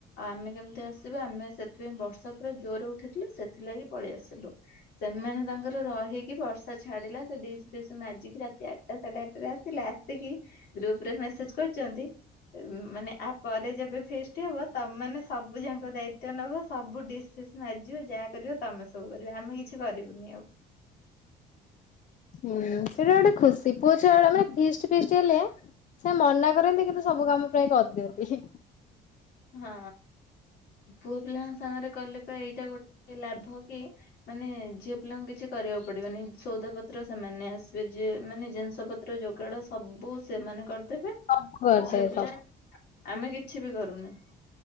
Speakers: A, on the left (about 70°); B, on the left (about 50°).
A: ଆମେ କେମିତି ଆସିବୁ, ଆମେ ସେଥିପାଇଁ ବର୍ଷା ପୁରା ଜୋରରେ ଉଠେଇଥିଲା ସେଥିଲାଗି ପଳେଇ ଆସିଲୁ। ସେମାନେ ତାଙ୍କର ରହିକି ବର୍ଷା ଛାଡିଲା, ସେ ଡିଶ ଫିସ୍ ମାଜିକି ରାତି ଆଠଟା ସାଢେ ଆଠଟା ରେ ଆସିଲେ, ଆସିକି ଗ୍ରୁପ ରେ ମେସେଜ କରୁଛନ୍ତି। ମାନେ ଆ ପରେ ଯେବେ ଫିଷ୍ଟ ହବ ତମେମାନେ ସବୁ ଯାକ ଦାୟିତ୍ଵ ନବ ସବୁ ଡିସ୍ ଫିସ। ମାଜିବ ଯାହା କରିବ ତମେ ସବୁ କରିବ ଆମେ କିଛି କରିବୁନି ଆଉ।
B: ହୁଁ ସେଟା ଗୋଟେ ଖୁସି। ପୁଅ ଛୁଆମାନେ ଫିଟଷ୍ଟ ଫିଷ୍ଟ ହେଲେ ସେ ମନା କରନ୍ତି କିନ୍ତୁ ସବୁ କାମ ପ୍ରାୟ କରିଦିଅନ୍ତି ହିଁ।
A: ହଁ ପୁଅ ପିଲାଙ୍କ ସାଙ୍ଗରେ କଲେ ବା ଏଇଟା ଗୋଟେ ଲାଭ କି ମାନେ ଝିଅ ପିଲାଙ୍କୁ କିଛି କରିବାକୁ ପଡିବନି ସଉଦା ପତ୍ର ସେମାନେ ନେଇ ଆସିବେ ଯିଏ ମାନେ ଜିନିଷ ପ ତ୍ର ଯୋଗାଡ଼ ସବୁ ସେମାନେ କରିଦେବେ।
B: ସବୁ କରିଦେବେ
A: ଝିଅ ପିଲା
B: ସବୁ।
A: ଆମେ କିଛି ବି କରୁନେ।